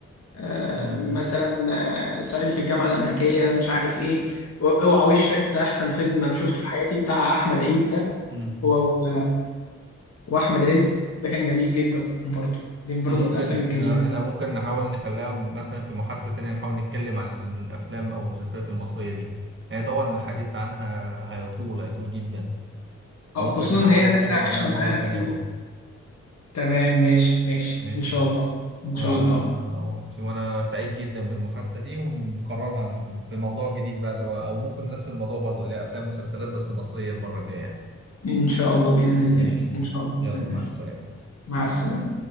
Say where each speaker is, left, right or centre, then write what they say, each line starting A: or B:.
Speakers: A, on the left; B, on the right.
A: آه،
B: امم
A: مثلا آه، صعيدي في الجامعه الامريكيه مش عارف ايه أو- اوعى وشك ده احسن فيلم انا شفته في حياتي بتاع احمد عيد ده
B: امم
A: هو و- واحمد رزق ده كان جميل جدا برضه دي برضه
B: احنا ممكن
A: من الافلام الجميله
B: احنا إحنا ممكن نحاول نخليها مثلا في محادثة تانية نحاول نتكلم عن الافلام او المسلسلات المصرية دي هي طبعا الحديث عنها هيطول هيطول جدا فممكن
A: آه، خصوصا
B: نحاول
A: ان هي
B: نتكلم
A: ان احنا
B: عليها
A: عشنا
B: مرة
A: معاها
B: تانية
A: كتير
B: برضه
A: تمام ماشي ماشي
B: ماشي
A: ان شاء الله ان
B: و...
A: شاء الله
B: ونس- وانا سعيد جدا بالمحادثة دي ونقررها في موضوع جديد بقى اللي هو او ممكن نفس الموضوع برضه اللي هي افلام ومسلسلات بس مصرية المرة الجاية
A: ان شاء الله باذن الله
B: ماشي
A: ان شاء الله
B: يلا
A: باذن الله
B: مع السلامة
A: مع السلامه